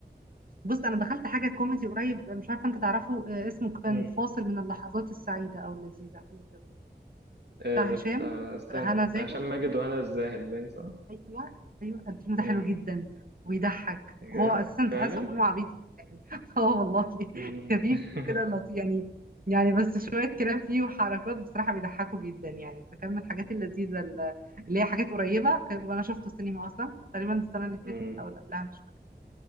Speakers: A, on the right; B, on the right.
A: بص انا دخلت حاجه كوميدي قريب مش عارفه انت تعرفه آه، اسمه كان
B: مم.
A: فاصل من اللحظات السعيده او اللذيذه حاجه كده
B: إيه
A: بتاع
B: ده
A: هشام
B: بتاع استنى
A: هنا زاهد
B: بتاع هشام ماجد وهنا الزاهد باين صح؟
A: ايوه ايوه الفيلم
B: مم.
A: ده حلو جدا وبيضحك
B: إيه؟
A: وهو اساسا
B: ده؟
A: تحسه
B: فعلا؟
A: فيلم عبيط جدا يعني <laughs> اه والله
B: مم.
A: خفيف
B: <laughs>
A: وكده لطيف يعني يعني بس شويه كلام فيه وحركات بصراحه بيضحكوا جدا يعني فكان من الحاجات اللذيذه ال- اللي هي حاجات قريبه ك- وانا شفته السينما اصلا تقريبا السنه اللي فاتت
B: مم.
A: او اللي قبلها مش فاكره